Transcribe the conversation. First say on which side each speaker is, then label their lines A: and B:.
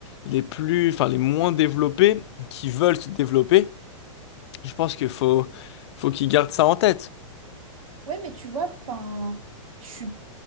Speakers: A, on the left (about 55°); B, on the right (about 85°).
A: les plus, enfin les moins développés, qui veulent se développer, je pense qu'il faut, faut qu'ils gardent ça en tête.
B: Ouais, mais tu vois, enfin, je suis